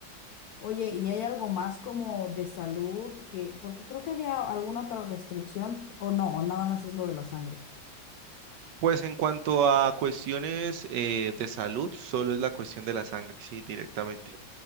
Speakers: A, on the left; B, on the right.
A: Oye, ¿y hay algo más como de salud que, porque creo que había alguna otra restricción, o no, o nada más es lo de la sangre?
B: Pues en cuanto a cuestiones eh, de salud, solo es la cuestión de la sangre, ¿sí? Directamente.